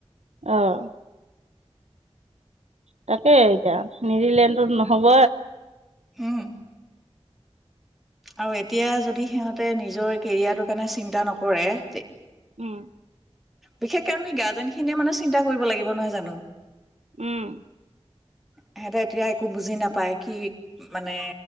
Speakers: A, on the right (about 80°); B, in the centre.
A: অ'। তাকে এতিয়া, নিউজিলেণ্ডটোত নহ'ব।
B: উম। আৰু এতিয়া যদি সিহঁতে নিজৰ কেৰিয়াৰটোৰ কাৰণে চিন্তা নকৰে তে
A: উম।
B: বিশেষকে আমি গাৰ্জেন খিনিয়ে মানে চিন্তা কৰিব লাগিব নহয় জানো?
A: উম।
B: সিহঁতে এতিয়া একো বুজি নাপায় কি মানে